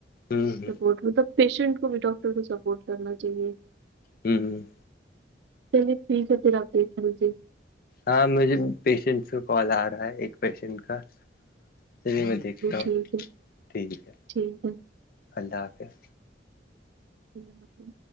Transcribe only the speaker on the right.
سپورٹ مطلب پیشنٹ کو بھی ڈاکٹر کو سپورٹ کرنا چاہیے
چلیےٹھیک ہے پھر آپ کے جی
ٹھیک ہے
ٹھیک ہے
اللہ حافظ